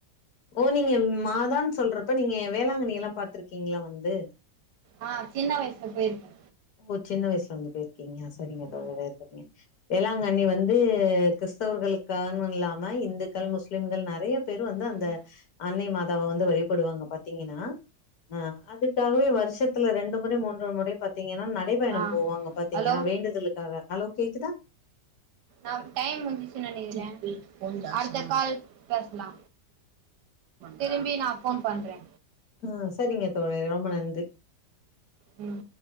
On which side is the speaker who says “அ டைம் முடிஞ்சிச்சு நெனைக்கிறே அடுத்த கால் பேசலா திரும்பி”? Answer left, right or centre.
Right